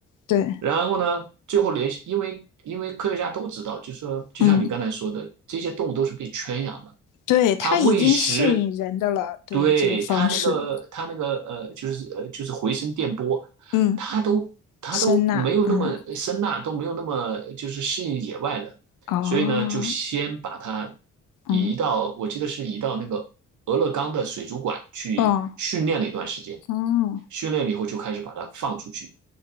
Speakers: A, on the left; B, on the right.
A: 对
B: 然后呢，最后联系，因为因为科学家都知道，就是说就像你刚才说的，
A: 嗯，
B: 这些动物都是被圈养的，
A: 对，它已经适应人的了，
B: 它喂食，
A: 对这种方式，
B: 对它那个它那个呃，就是呃就是回声电波，
A: 嗯，
B: 它都它都没有那么声呐，
A: 声呐，嗯，
B: 都没有那么就是适应野外的，
A: 哦，
B: 所以呢，就先把它
A: 嗯，
B: 移到，我记得是移到那个俄勒冈的水族馆去训练了一段时间，
A: 哦，哦，
B: 训练了以后就开始把它放出去。